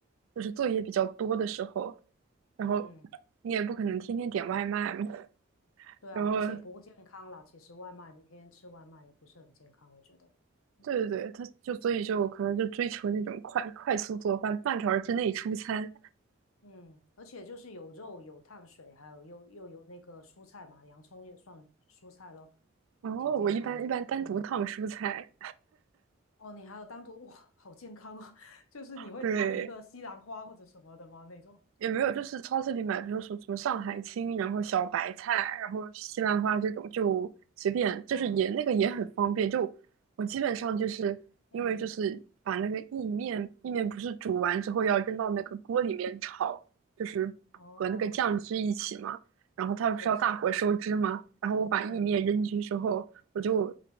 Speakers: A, on the right; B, on the left.
A: 就是作业比较多的时候，然后你也不可能天天点外卖嘛，
B: 嗯，对啊，
A: 然后
B: 而且不健康啦。其实外卖，你天天吃外卖也不是很健康，我觉得。嗯，
A: 对对对，他就所以就可能就追求那种快快速做饭，半个小时之内出餐。
B: 嗯，而且就是有肉、有碳水，还有又又有那个蔬菜嘛，洋葱也算蔬菜咯，
A: 然后我一般一般单独烫蔬菜，
B: 那挺健康的。嗯，哦，你还有单独，哇，好健康哦，<laughs> 就是你会烫一个西兰花或者什么的吗？
A: 对，
B: 那种。
A: 也没有，就是超市里买，比如说什么上海青，然后小白菜，然后西兰花这种，就随便，就是也那个也很方便。
B: 嗯
A: 就我基本上就是因为就是把那个意面，
B: 嗯，
A: 意面不是煮完之后要扔到那个锅里面炒，就是和那个酱汁一起嘛，
B: 哦，
A: 然后它不是要大火收汁嘛，
B: 是的，是的，
A: 然后我把意面扔进去之后，
B: 嗯。
A: 我就